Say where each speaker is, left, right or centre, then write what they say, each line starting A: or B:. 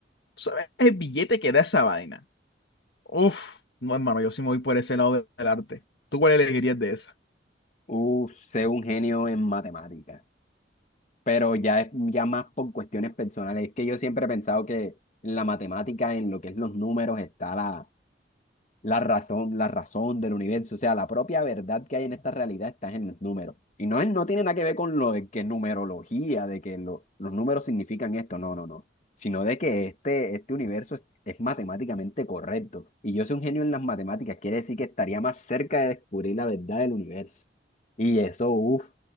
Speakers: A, on the left; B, on the left.
A: ¿tú ¿sabes el billete que da esa vaina? Uf, no, hermano, yo sí me voy por ese lado de- del arte. ¿Tú cuál elegirías de esa?
B: Uh, sé un genio en matemáticas, pero ya es ya más por cuestiones personales. Es que yo siempre he pensado que en la matemática, en lo que es los números, está la la razón, la razón del universo, o sea, la propia verdad que hay en esta realidad está en los números. Y no, es- no tiene nada que ver con lo de que numerología, de que lo- los números significan esto, no, no, no, sino de que este, este universo es, es matemáticamente correcto. Y yo soy un genio en las matemáticas, quiere decir que estaría más cerca de descubrir la verdad del universo. Y eso, uff. O